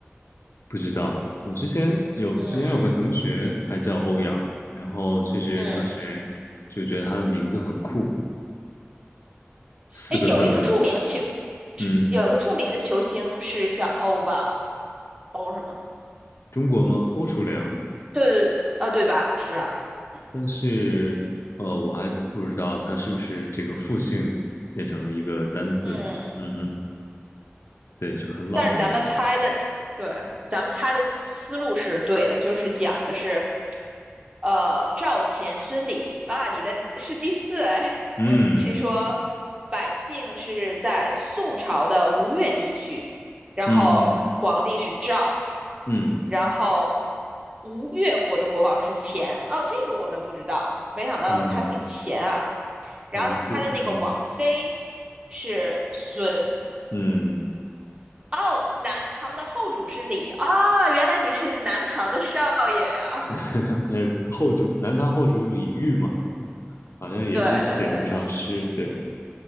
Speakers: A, on the left; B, on the right.
A: 不知道，我之前有之前有个同学还叫欧阳，
B: 嗯
A: 然后确实当时就觉得他的名字很酷，
B: 嗯，
A: 四个字儿嘛，
B: 哎，有一个著名球，
A: 嗯，
B: 有一个著名的球星是叫欧吧？O 什么？
A: 中国吗？欧楚良，
B: 对对对，啊，对吧？是吧？嗯
A: 但是呃，我还不知道他是不是这个复姓变成了一个单字，
B: 嗯，
A: 嗯哼，对，就很老的一个，
B: 但是咱们猜的，对，咱们猜的思思路是对的，就是讲的是，呃，赵钱孙李啊，你的是第四哎，
A: 嗯
B: <laughs> 是说百姓是在宋朝的吴越地区，然后皇帝是赵，
A: 嗯嗯嗯
B: 然后吴越国的国王是钱，哦，这个我们不知道，没想到他姓钱啊。
A: 嗯，
B: 然后他的那个王妃
A: 吴越，嗯
B: 是孙。
A: 嗯，
B: 哦，南唐的后主是李啊、原来你是南唐的少爷呀！<laughs>
A: <laughs> 那后主南唐后主李煜嘛，好像也是写了不少诗，
B: 对对对，
A: 对，